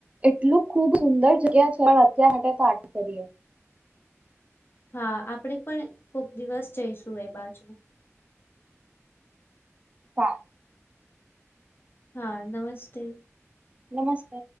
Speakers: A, on the right; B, on the left.
A: એટલું ખૂબ સુંદર જગ્યા છે અત્યાર માટે ત કરીએ.
B: હા આપણેે પણ ખુબ દિવસ જઈશું એ બાજુ.
A: હા.
B: હા નમસ્તે.
A: નમસ્તે